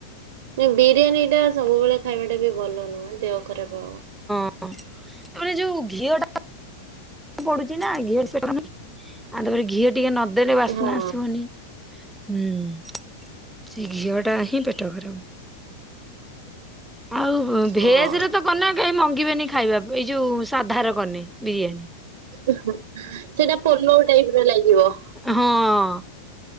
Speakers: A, on the right (about 70°); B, in the centre.
A: ନାଇଁ ବିରିୟାନୀଟା ସବୁବେଳେ ଖାଇବାଟା ବି ଭଲ ନୁହେଁ। ଦେହ ଖରାପ ହବ।
B: କଁ ତାପରେ ଯୋଉ ଘିଅଟା ପଡ଼ୁଚି ନା ଘିଅରେ <unintelligible> ଆଁ ତାପରେ, ଘିଅ ଟିକେ ନଦେଲ ବାସ୍ନା
A: ହଁ
B: ଆସିବନି। ହୁଁ। ସେ ଘିଅଟା ହିଁ ପେଟ ଗରମ। ଆଉ
A: ହଁ।
B: ଭେଜ୍ ରେ ତ କନେ କେହି ମଙ୍ଗିବେନି ଖାଇବାକୁ ଏଇ ଯୋଉ ସାଧାର କନେ ବିରିଆନୀ।
A: ଏଁ ହଁ ସେଟା ପଲଉ ଟାଇପ୍ ର ଲାଗିବ।
B: ହଁ।